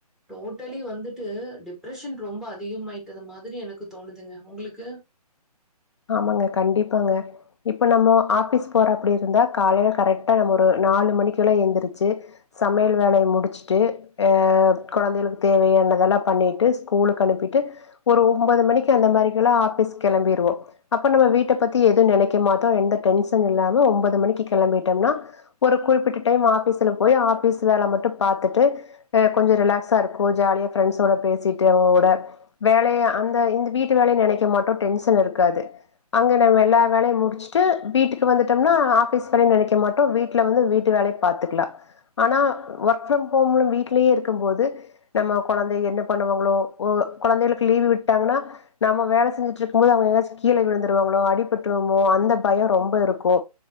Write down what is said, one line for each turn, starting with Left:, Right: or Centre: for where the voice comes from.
Centre: டோட்டலி வந்துட்டு டிப்ரஷன் ரொம்ப அதிகமாயிட்டது மாரி எனக்கு தோணுதுங்க ஒங்களுக்கு
Left: ஆமாங்க கண்டிப்பாங்க இப்ப நம்மோ ஆஃபீஸ் போற அப்டி இருந்தா காலேல கரெக்டா நம்ம ஒரு நாலு மணிக்கெல்லா எந்துருச்சு சமையல் வேலய முடுச்சுட்டு அ கொழந்தைகளுக்கு தேவையானதெல்லா பண்ணிட்டு ஸ்கூலுக்கு அனுப்பிட்டு ஒரு ஒன்போது மணிக்கு அந்த மாரிக்கெல்லா ஆஃபிஸ்க்கு கெளம்பிற்வோ அப்ப நம்ம வீட்ட பத்தி எது நெனைக்க மாட்டோ எந்த டென்ஷன் இல்லாம ஒம்பது மணிக்கு கெளம்பிட்டம்னா ஒரு குறிப்பிட்ட டைம் ஆஃபீஸுல போய் ஆஃபீஸ் வேல மட்டு பாத்துட்டு அ கொஞ்ச ரிலாக்ஸா இருக்கு ஜாலியா ஃப்ரெண்ட்ஸோட பேசிட்டு அவுங்க கூட வேலயு அந்த இந்த வீட்டு வேலய நெனைக்க மாட்டோ டென்ஷன் இருக்காது அங்க நம்ம எல்லா வேலயு முடுச்சுட்டு வீட்டுக்கு வந்துட்டம்னா ஆஃபீஸ் வேலையு நெனைக்க மாட்டோ வீட்ல வந்து வீட்டு வேல பாத்துக்கலா ஆனா ஒர்க் ஃப்ரம் ஹோம்ல வீட்லயே இருக்கம் போது நம்ம கொழந்தை என்ன பண்ணுவாங்களோ ஒ கொழந்தைகளுக்கு லீவு விட்டாங்கன்னா நாம வேலை செஞ்சுட்டு இருக் கும்போது அவுங்க ஏதாச்சு கீழ விழுந்துருவாங்களோ அடிபட்டுருமோ அந்த பயோ ரொம்ப இருக்கு